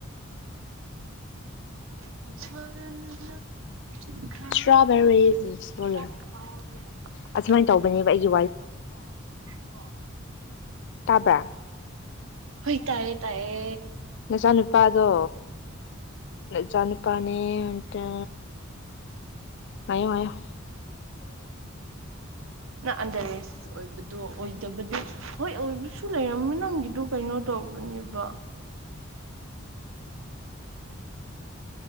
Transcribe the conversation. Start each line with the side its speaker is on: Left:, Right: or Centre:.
Right: ꯔ
Left: ꯏꯁꯇ꯭ꯔꯣꯕꯦꯔꯤꯁ
Right: ꯈ
Left: ꯑꯁꯨꯃꯥꯏꯅ ꯇꯧꯕꯅꯦꯕ
Right: ꯆꯦ
Left: ꯑꯩꯒꯤ ꯇꯕ
Right: ꯍꯣꯏ ꯇꯑꯌꯦ ꯇꯌꯦ
Left: ꯃꯆꯥꯅꯨꯄꯥꯗꯣ ꯏꯆꯥꯅꯨꯄꯥꯅꯦ ꯑꯗꯨ ꯃꯌꯨꯝ ꯃꯌꯣ
Right: ꯣ ꯑꯟꯗꯔꯦꯁ ꯑꯣꯏꯕꯗꯣ ꯑꯣꯏꯗꯕꯗꯤ ꯍꯣꯏ ꯑꯣꯏꯕꯁꯨ ꯂꯩꯔꯝꯕ ꯅꯪꯒꯤꯗꯣ ꯀꯩꯅꯣ ꯇꯧꯕꯅꯦꯕ